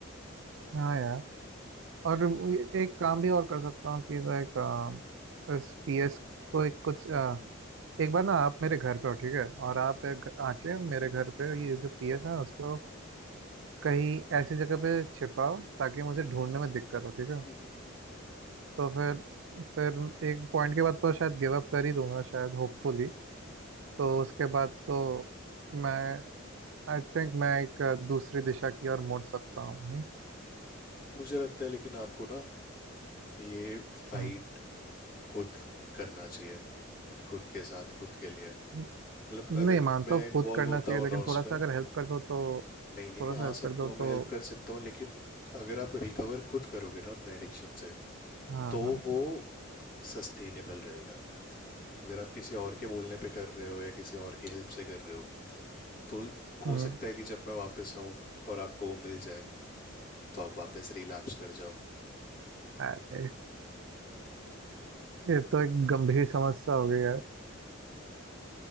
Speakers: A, on the right; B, on the left.
A: हाँ यार और वो ये- एक काम भी और कर सकता हूँ कि लाइक इस पीएस को एक कुछ एक बार ना आप मेरे घर पे हो ठीक है और आप
B: हम्म
A: एक आके मेरे घर पे ये जो पीएस है उसको कहीं ऐसी जगह पे छिपाओ ताकि मुझे
B: हम्म
A: ढूंढने
B: हम्म
A: में दिक्कत हो ठीक है
B: हम्म हम्म, हम्म,
A: तो फिर फिर एक पॉइंट के बाद तो शायद गिव अप कर ही दूंगा शायद होपफुली तो उसके बाद तो मैं आई थिंक मैं एक दूसरी दिशा की ओर मुड़ सकता हूँ नहीं
B: मुझे लगता है लेकिन आपको ना ये फाइट
A: हम्म,
B: खुद करना चाहिए खुद के साथ खुद के लिए
A: न-
B: मतलब
A: नहीं
B: अगर
A: मानता
B: मैं
A: हूँ,
B: इन्वॉल्व
A: खुद करना
B: होता
A: चाहिए
B: हूँ
A: लेकिन
B: ना
A: थोड़ा
B: उसमें
A: सा अगर हेल्प कर दो तो
B: नहीं नहीं
A: थोड़ा
B: मैं
A: सा
B: आ
A: हेल्प
B: सकता
A: कर दो
B: हूँ
A: तो
B: मैं हेल्प कर सकता हूँ लेकिन अगर आप रिकवर खुद करोगे ना अपने एडिक्शन से
A: हाँ
B: तो
A: हाँ
B: वो सस्टेनेबल रहेगा अगर आप किसी और के बोलने पे कर रहे हो या किसी और की हेल्प से कर रहे हो तो हो
A: हम्म,
B: सकता है कि जब मैं वापस आऊँ और आपको वो मिल जाए तो आप वापस रिलैप्स कर जाओ
A: अरे
B: है ना
A: ये तो एक गंभीर समस्या हो गई यार